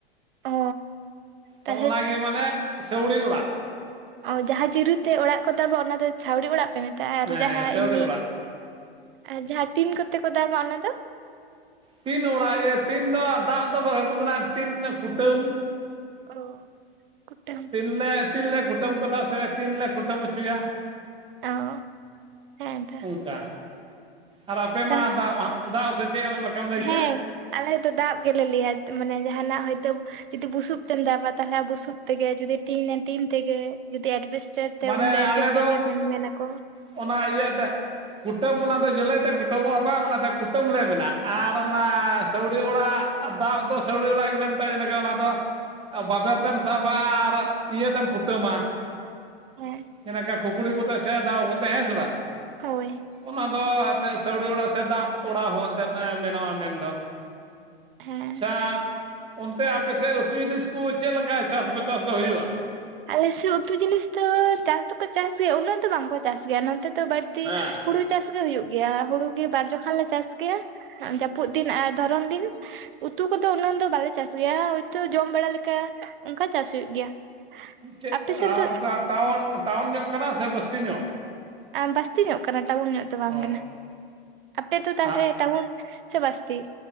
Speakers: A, on the right; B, on the right.
A: ᱚ ᱛᱟᱦᱞᱮ
B: ᱛᱚ ᱚᱱᱟ ᱜᱮ ᱢᱟᱱᱮ ᱥᱟᱹᱣᱲᱤ ᱚᱲᱟᱜ
A: ᱚ ᱡᱟᱦᱟ ᱪᱤᱨᱩ ᱛᱮ ᱚᱲᱟᱜ ᱠᱚ ᱫᱟᱵᱟ ᱚᱱᱟ ᱫᱚ ᱥᱟᱹᱣᱲᱤ ᱚᱲᱟᱜ ᱯᱮ ᱢᱮᱛᱟᱜᱼᱟ᱾
B: ᱦᱮᱸ
A: ᱟᱨ ᱡᱟᱦᱟ
B: ᱥᱟᱹᱣᱲᱤ
A: ᱮᱢᱱᱤ
B: ᱚᱲᱟᱜ
A: ᱟᱨ ᱡᱟᱦᱟᱸ ᱴᱤᱱ ᱠᱚᱛᱮ ᱠᱚ ᱫᱟᱵᱟ ᱚᱱᱟ ᱫᱚ?
B: ᱴᱤᱱ ᱚᱲᱟᱜ ᱤᱭᱟᱹ ᱴᱤᱱ ᱫᱚ ᱫᱟᱜ ᱫᱚ ᱵᱟᱠᱚ ᱢᱮᱱᱟ ᱴᱤᱱ ᱫᱚ ᱠᱩᱴᱟᱹᱢ
A: ᱚ ᱠᱩᱴᱟᱹᱢ
B: ᱴᱤᱱ ᱞᱮ ᱴᱤᱱ ᱞᱮ ᱠᱩᱴᱟᱹᱢ ᱠᱟᱫᱟ ᱥᱮ ᱴᱤᱱ ᱞᱮ ᱠᱩᱴᱟᱹᱢ ᱚᱪᱚᱭᱟ
A: ᱚ ᱦᱮᱸ ᱛᱚ
B: ᱚᱝᱠᱟ ᱟᱨ ᱟᱯᱮ
A: ᱛᱟᱦᱞᱮ
B: ᱢᱟ ᱫᱟᱜ ᱦᱟᱜ ᱫᱟᱵ ᱥᱮ ᱪᱮᱫ ᱞᱮᱠᱟᱢ ᱞᱟᱹᱭ
A: ᱦᱮᱸ
B: ᱠᱮᱜ?
A: ᱟᱞᱮ ᱫᱚ ᱫᱟᱵ ᱜᱮᱞᱮ ᱞᱟᱹᱭᱼᱟ ᱢᱟᱱᱮ ᱡᱟᱦᱟ ᱱᱟᱜ ᱦᱳᱭ ᱛᱚᱠ ᱡᱩᱫᱤ ᱵᱩᱥᱩᱵ ᱛᱮᱢ ᱫᱟᱵᱟ ᱛᱟᱦᱚᱞᱮ ᱵᱩᱥᱩᱵ ᱛᱮᱜᱮ ᱡᱩᱫᱤ ᱴᱤᱱ ᱴᱤᱱ ᱛᱮᱜᱮ ᱡᱩᱫᱤ ᱮᱥᱵᱨᱥᱴᱟᱨ ᱛᱮ
B: ᱢᱟᱱᱮ
A: ᱩᱱ
B: ᱟᱞᱮ
A: ᱫᱚ ᱮᱥᱵᱮᱥᱴᱟᱨ ᱜᱮ ᱢᱮᱱ ᱢᱮᱱ ᱟᱠᱚ
B: ᱚᱱᱟ ᱤᱭᱟᱹᱛᱮ ᱠᱩᱴᱟᱹᱢ ᱚᱱᱟ ᱫᱚ ᱡᱳᱞᱳᱭ ᱛᱮ ᱠᱩᱴᱟᱹᱢᱚᱜᱼᱟ ᱵᱟᱝ ᱚᱱᱟ ᱛᱮ ᱠᱩᱴᱟᱹᱢ ᱞᱮ ᱢᱮᱱᱟᱜ ᱟᱨ ᱚᱱᱟ ᱥᱟᱹᱣᱲᱤ ᱚᱲᱟᱜ ᱟᱨ ᱫᱟᱵ ᱫᱚ ᱥᱟᱹᱣᱲᱤ ᱚᱲᱟᱜ ᱜᱮᱞᱮ ᱢᱮᱛᱟᱜᱼᱟ ᱡᱮᱞᱮᱠᱟ ᱚᱱᱟ ᱫᱚ ᱵᱟᱵᱮᱨ ᱛᱮᱢ ᱥᱟᱵᱟ ᱟᱨ ᱤᱭᱟᱹ ᱛᱮᱢ ᱠᱩᱴᱟᱹᱢ
A: ᱦᱮᱸ
B: ᱡᱮᱞᱮᱠᱟ <unintelligible> ᱠᱚᱛᱮ <unintelligible> ᱠᱚᱛᱮ ᱦᱮᱸ ᱥᱮ ᱵᱟᱝ
A: ᱦᱳᱭ
B: ᱚᱱᱟ ᱫᱚ ᱮᱱᱛᱮᱫ ᱥᱟᱹᱣᱲᱤ ᱚᱲᱟᱜ ᱥᱮ ᱫᱟᱵ ᱚᱲᱟᱜ ᱦᱚᱸ ᱮᱱᱛᱮᱫ ᱢᱮᱱᱚᱜᱟ ᱢᱮᱱ ᱫᱚ
A: ᱦᱮᱸ
B: ᱪᱷᱟ ᱚᱱᱛᱮ ᱟᱯᱮ ᱥᱮᱫ ᱩᱛᱩ ᱡᱤᱱᱤᱥ ᱠᱚ ᱪᱮᱫ ᱞᱮᱠᱟ ᱪᱟᱥ ᱵᱟᱥ ᱪᱟᱥ ᱫᱚ ᱦᱩᱭᱩᱜᱼᱟ?
A: ᱟᱞᱮ ᱥᱮᱫ ᱩᱛᱩ ᱡᱤᱱᱤᱥ ᱫᱚ ᱪᱟᱥ ᱫᱚᱠᱚ ᱪᱟᱥ ᱜᱮᱭᱟ ᱩᱱᱟᱹᱜ ᱫᱚ ᱵᱟᱝ ᱠᱚ ᱪᱟᱥ ᱜᱮᱭᱟ ᱱᱚᱛᱮ ᱫᱚ ᱵᱟᱫ ᱛᱤ
B: ᱦᱮᱸ
A: ᱦᱩᱲᱩ ᱪᱟᱥ ᱜᱮ ᱦᱩᱭᱩᱜ ᱜᱮᱭᱟ ᱦᱩᱲᱩ ᱜᱮ ᱵᱟᱨ ᱡᱚᱠᱷᱚᱱ ᱞᱮ ᱪᱟᱥ ᱜᱮᱭᱟ ᱡᱟᱹᱯᱩᱫ ᱫᱤᱱ ᱟᱨ ᱫᱷᱚᱨᱚᱱ ᱫᱤᱱ ᱩᱛᱩ ᱠᱚᱫᱚ ᱩᱱᱟᱹᱜ ᱫᱚ ᱵᱟᱞᱮ ᱪᱟᱥ ᱜᱮᱭᱟ ᱦᱳᱭ ᱛᱚ ᱡᱚᱢ ᱵᱟᱲᱟ ᱞᱮᱠᱟ ᱚᱱᱠᱟ ᱪᱟᱥ ᱦᱩᱭᱩᱜ ᱜᱮᱭᱟ
B: ᱪᱮᱫ
A: ᱟᱯᱮ ᱥᱮᱱ
B: ᱟ
A: ᱫᱚ
B: ᱚᱱᱠᱟ ᱴᱟᱣᱩᱱ ᱴᱟᱣᱩᱱ ᱧᱚᱜ ᱠᱟᱱᱟ ᱥᱮ ᱵᱟᱹᱥᱛᱤ ᱧᱚᱜ?
A: ᱵᱟᱹᱥᱛᱤ ᱧᱚᱜ ᱠᱟᱱᱟ ᱴᱟᱣᱩᱱ ᱧᱚᱜ ᱫᱚ ᱵᱟᱝ
B: ᱚ
A: ᱠᱟᱱᱟ᱾ ᱟᱯᱮ ᱫᱚ ᱛᱟᱦᱞᱮ
B: ᱦᱟᱸᱜ
A: ᱴᱟᱣᱩᱱ ᱥᱮ ᱵᱟᱹᱥᱛᱤ?